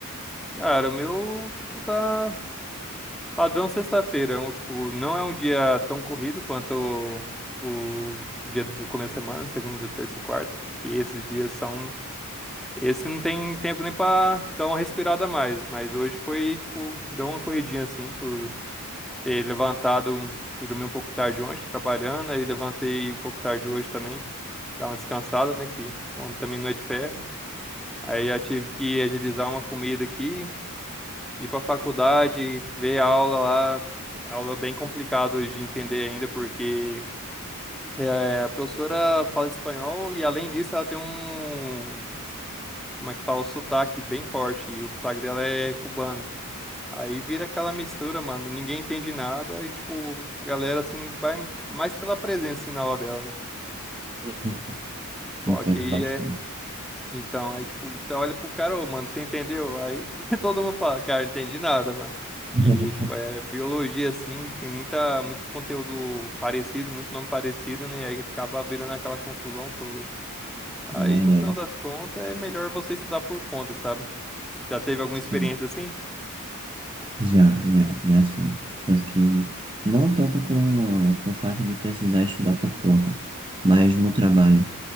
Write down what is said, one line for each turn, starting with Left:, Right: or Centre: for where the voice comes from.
Centre: Cara, o meu, tipo, tá padrão sexta-feira. É um, Tipo, não é um dia tão corrido quanto o, o dia do começo da semana, segunda, terça e quarta. Que esses dias são. Esse não tem tempo nem pra dar uma respirada a mais. Mas hoje foi, tipo, deu uma corridinha assim, por ter levantado. Fui dormir um pouco tarde ontem, trabalhando. Aí levantei um pouco tarde hoje também. Dar uma descansada, né? Que o homem também não é de ferro. Aí já tive que agilizar uma comida aqui, ir pra faculdade, ver a aula lá. Aula bem complicada hoje de entender ainda, porque é, a professora fala espanhol e, além disso, ela tem um, como é que fala, um sotaque bem forte. E o sotaque dela é cubano. Aí vira aquela mistura, mano. Ninguém entende nada e, tipo, a galera, assim, vai mais pela presença, assim, na aula dela, né?
Right: <laughs> Entendo
Centre: Só que
Right: bastante.
Centre: é Então, aí, tipo, você olha pro cara, ô, mano, você entendeu? Aí <laughs> todo mundo fala, cara, não entendi nada, mano.
Right: <laughs>
Centre: E, tipo, é biologia, assim, tem muita, muito conteúdo parecido, muito nome parecido, né? E aí acaba virando aquela confusão toda.
Right: É
Centre: Aí,
Right: verdade.
Centre: no final das contas, é melhor você estudar por conta, sabe? Já teve alguma
Right: Sim.
Centre: experiência assim?
Right: Já, já, já sim. Tanto que, não tanto com, com o fato de precisar estudar por conta, mas no trabalho.